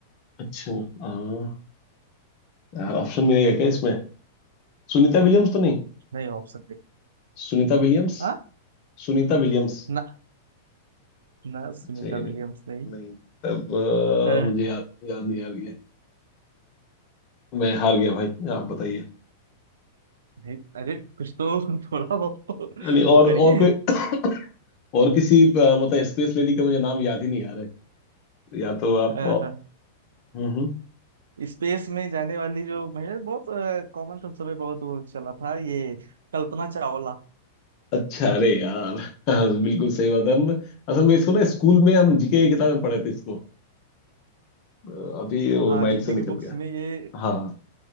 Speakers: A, on the left (about 40°); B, on the right (about 65°).
A: अच्छा हाँ यार ऑप्शन मिलेगा क्या इसमें सुनीता विलियम्स तो नहीं
B: नहीं ऑप्शन नहीं
A: सुनीता विलियम्स
B: हाँ
A: सुनीता विलियम्स
B: ना ना सुनीता
A: अच्छा ये नहीं
B: विलियम्स
A: है।
B: नहीं
A: नहीं तब अ,
B: अ,
A: मुझे याद याद नहीं आ रही है मैं हार गया भाई आप बताइए
B: नहीं, अरे कुछ तो <laughs> थोड़ा बहुत तो
A: हाँ, नहीं
B: वो
A: और और
B: करिए
A: कोई <clears throat> और किसी अ, मतलब स्पेस लेडी का मुझे नाम याद ही नहीं आ रहा है या तो
B: अह,
A: आप हम्म हम्म।
B: स्पेस में जाने वाली जो महिला बहुत कॉमन था उस समय बहुत वो चला था ये कल्पना चावला
A: अच्छा अरे यार हाँ, बिल्कुल सही बात है हम असल में इसको ना स्कूल में हम जीके की किताब में पढ़े थे इसको अ, अभी वो
B: हाँ
A: माइंड
B: जीके
A: से निकल
B: की बुक्स
A: गया
B: में ये
A: हाँ